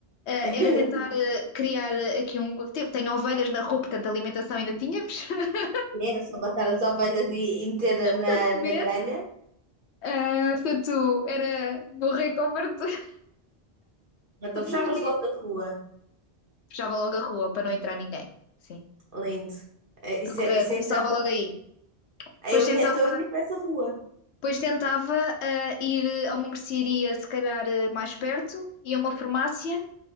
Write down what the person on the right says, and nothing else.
<laughs>
Era só matar as ovelhas e, e meter na,
na grelha.
Então
fechavas
logo a rua.
Lindo. Eh,
Isso, é- isso
é então?
Aí
Eu
ia, então eu ia para essa rua.